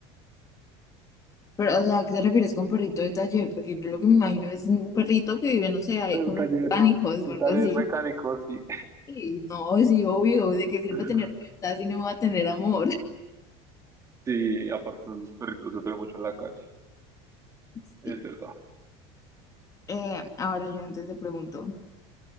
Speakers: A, on the left; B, on the right.
A: Pero, o sea, ¿a qué te refieres con perrito de taller? Porque yo lo que me imagino es un perrito que vive, no sé, ahí
B: De
A: con
B: un taller,
A: los pánicos
B: de
A: o algo
B: un taller
A: así.
B: mecánico, sí.
A: Y no, sí, obvio, ¿de qué sirve
B: <laughs>
A: tener libertad si no va a tener amor? <laughs>
B: Sí, aparte los perritos sufren mucho en la calle.
A: Sí.
B: Es verdad.
A: Eh, ahora yo antes te pregunto,